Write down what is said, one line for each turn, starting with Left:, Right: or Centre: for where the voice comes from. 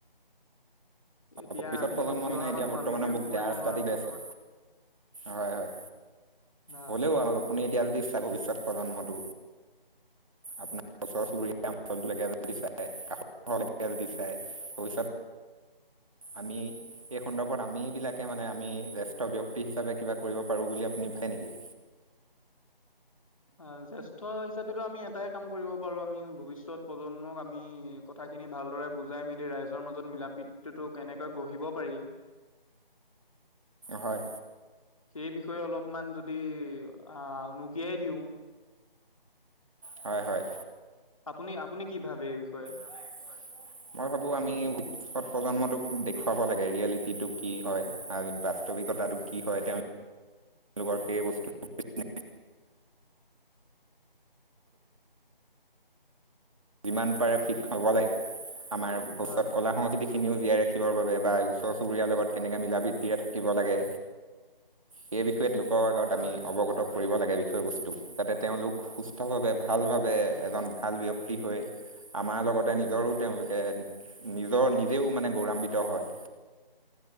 Left: এতিয়া
Right: ভৱিষ্যত
Left: আমি
Right: প্ৰজন্ম
Left: উঠি
Right: মানে,
Left: অহা
Right: এতিয়া
Left: মানুহ
Right: বৰ্তমানে
Left: আমিতো
Right: বহুত
Left: একো কৰিব
Right: বেয়া ৰাস্তাদি
Left: নোৱাৰো
Right: গৈ আছে! হয়, হয়!
Left: হয়
Right: হ'লেও <unintelligible> আপুনি এতিয়া যদি, <unintelligible> ভৱিষ্যত প্ৰজন্মটো আপোনাৰ ওচৰ-চুবুৰীয়া অঞ্চলটোলৈকে যদি চায়, <unintelligible> যদি চায়! ভৱিষ্যত আমি, এই সন্দৰ্ভত, আমি বিলাকে মানে, আমি জেষ্ঠ ব্যক্তি হিচাপে, কিবা কৰিব পাৰোঁ বুলি, আপুনি ভাবে নেকি?
Left: আঁ জ্যেষ্ঠ হিচাপেতো, আমি এটাই কাম কৰিব পাৰোঁ, আমি ভৱিষ্যত প্ৰজন্মক আমি, কথাখিনি ভালদৰে বুজাই মেলি, ৰাইজৰ মাজত মিলা-প্ৰীতিটো কেনেকৈ গঢ়িব পাৰি।
Right: হয়!
Left: সেই বিষয়ে অলপমান যদি, আঁ উনুকিয়াই দিওঁ!
Right: হয়, হয়।
Left: আপুনি, আপুনি কি ভাবে এই বিষয়ে?
Right: <inaudible> মই ভাবো আমি ভৱিষ্যত প্ৰজন্মটোক দেখুৱাব লাগে ৰিয়েলিটিটো কি হয়। আৰু বাস্তৱিকতাটো কি হয় তেওঁ <inaudible> সেই বস্তু <inaudible> যিমান পাৰে ফিক হ'বলৈ আমাৰ <inaudible>
Left: হয়
Right: কলা সংস্কৃতিক খিনিও জীয়াই ৰাখিবৰ বাবে বা ওচৰ চুবুৰীয়াৰ লগত কেনেকে মিলা প্ৰিতিৰে থাকিব লাগে। সেই বিষয়ে লোকৰ আগত
Left: হয়
Right: আমি অৱগত কৰিব লাগে বিষয়বস্তু যাতে তেওঁলোক সুস্থ ভাৱে ভাল ভাৱে
Left: হয়
Right: এজন ভাল ব্যক্তি <unintelligible> হৈ আমাৰ লগতে নিজৰো তেওঁলোকে নিজৰ নিজেও মানে গৌৰৱান্বিত হয়।